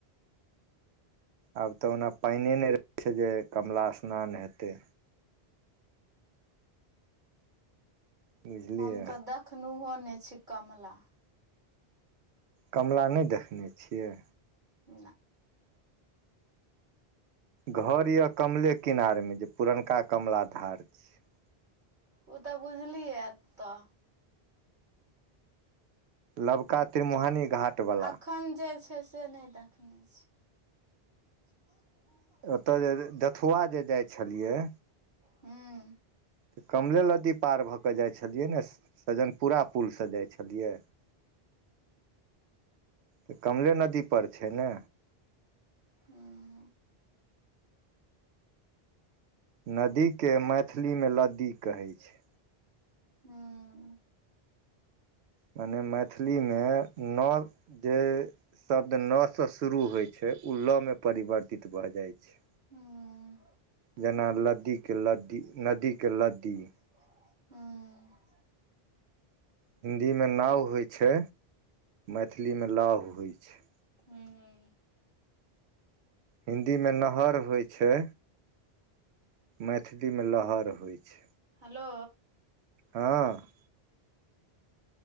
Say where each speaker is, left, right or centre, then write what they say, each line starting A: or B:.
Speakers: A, on the right; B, on the right.
A: आब तऽ ओना पानिए नहि रहै छै, जे कमला स्नान हेतै। बुझलियै
B: हम तऽ देखनुहो नहि छी कमला।
A: कमला नहि देखने छियै।
B: ना
A: घर यऽ कमले किनार मे, जे पुरनका कमला धार छै
B: ओ तऽ बुझलियै एतऽ।
A: लबका त्रिमुहानी घाट वला
B: अखन जे छै से नहि दखने छी। <inaudible>
A: ओतऽ जे जथुआ जे जाइ छलियै।
B: हूं
A: तऽ कमले लदी पार भऽ कऽ जाइ छलियै ने। सजन पूरा पूल सँ जाइ छलियै। त कमले नदी पर छै ने।
B: हूं
A: नदी के मैथिली में लदी कहै छै।
B: हूं
A: मने मैथिली मे नऽ जे शब्द नऽ सँ शुरू होइ छै, ओ लऽ मे परिवर्तित भऽ जाइ छै।
B: हूं।
A: जेना लदीके लद्दी, नदी के लदी।
B: हूं।
A: हिन्दीमे नाव होइ छै, मैथिलीमे लाव होइ छै।
B: हूं
A: हिन्दी मे नहर होइ छै। मैथिलीमे लहर होइ छै।
B: हलो
A: हँ